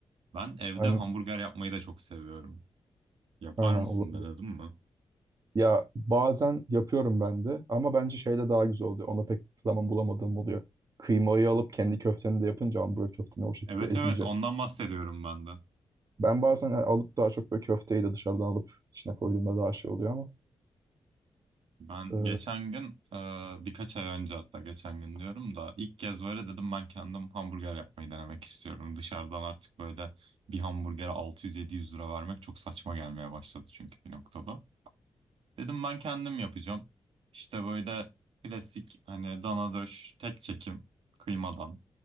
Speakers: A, on the right; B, on the right.
A: Ben evde
B: Aynen.
A: hamburger yapmayı da çok seviyorum. Yapar
B: Ha,
A: mısın
B: olabilir.
A: denedin mi?
B: Ya bazen yapıyorum ben de ama bence şeyle daha güzel oluyor. Ona pek zaman bulamadığım oluyor. Kıymayı alıp kendi köfteni de yapınca ambura köfteni o şekilde
A: Evet
B: ezince.
A: evet ondan bahsediyorum ben de.
B: Ben bazen yani alıp daha çok böyle köfteyi de dışarıdan alıp içine koyduğumda daha şey oluyor ama
A: Ben
B: e,
A: geçen gün e, birkaç ay önce hatta geçen gün diyorum da ilk kez böyle dedim ben kendim hamburger yapmayı denemek istiyorum. Dışarıdan artık böyle bir hamburgere 600-700 lira vermek çok saçma gelmeye başladı çünkü bir noktada. Dedim ben kendim yapacağım. İşte böyle klasik hani dana döş tek çekim kıymadan